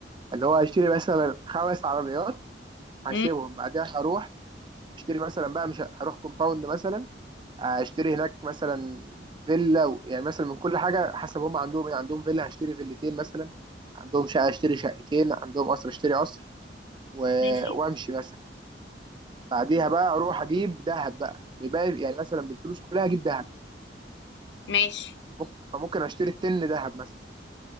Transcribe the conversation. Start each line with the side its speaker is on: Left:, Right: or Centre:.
Right: اللي هو هيشتري مثلا خمس عربيات هسيبهم
Left: مم،
Right: بعدها هروح اشتري مثلا بقى مش ه- هروح كومباوند مثلا اشتري هناك مثلا فيلا و... يعني مثلا من كل حاجه حسب هم عندهم ايه عندهم فيلا هشتري فيلتين مثلا عندهم شقه اشتري شقتين عندهم قصر اشتري قصر و...
Left: ماشي
Right: وامشي مثلا بعديها بقى اروح اجيب ذهب بقى بيبقى يعني مثلا بالفلوس كلها اجيب ذهب
Left: ماشي
Right: ممكن... فممكن اشتري التن ذهب مثلا